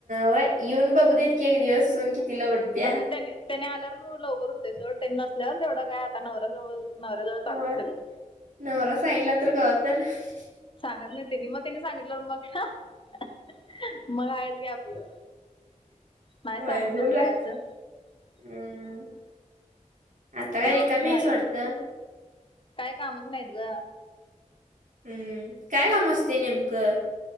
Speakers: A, on the right (about 70°); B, on the left (about 40°).
A: व्हयं येऊन बघू देत की एक दिवस सून कि तिला उठते.
B: बघ त्याने त्याने आल्यावर मी लवकर उठते सोड त्यांनी नसल्यावर तेवढं काय आता नवऱ्याजवळ नवऱ्याजवळ चालते
A: होय
B: सगळं
A: नवरा सांगितला तर <unintelligible>
B: सांगत नाही तेनी मग तिने सांगितलंवर मग मग आहेच की आपलं नाही
A: होय
B: सांगू
A: भिऊन
B: सोडं
A: राह
B: काय असं
A: हम्म आता
B: त्या बाबतीत
A: रिकामी
B: हाय
A: आहेस वाटतं.
B: काय कामच नाहीत ग,
A: हम्म काय काम असते नेमकं.